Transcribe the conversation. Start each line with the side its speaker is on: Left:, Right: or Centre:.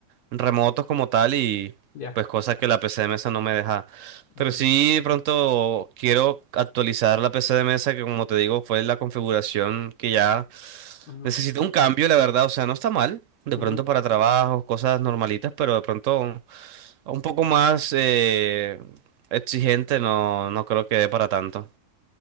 Right: remotos como tal y
Left: Ya.
Right: pues cosas que la PC de mesa no me deja.
Left: ujú,
Right: Pero sí, de pronto quiero actualizar la PC de mesa que como te digo fue la configuración que ya
Left: ujú,
Right: necesito un cambio, la verdad. O sea, no está mal. De
Left: ujú.
Right: pronto para trabajos, cosas normalitas, pero de pronto un poco más eh, exigente no, no creo que dé para tanto.